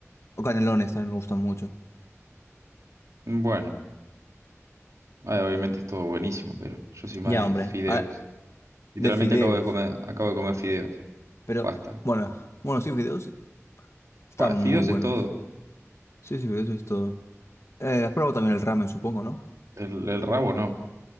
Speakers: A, on the left; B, on the right.
A: O canelones también me gustan mucho.
B: Bueno, ah, obviamente es todo buenísimo, pero yo soy más
A: Ya,
B: de
A: hombre.
B: fideos.
A: ah,
B: Literalmente
A: de fideos.
B: acabo de comer, acabo de comer fideos.
A: Pero,
B: pasta
A: bueno, bueno, sí, fideos están muy
B: Fideos
A: buenos.
B: es todo.
A: Sí, sí, fideos es todo. Eh, has probado también el ramen, supongo, ¿no?
B: El, el rabo no.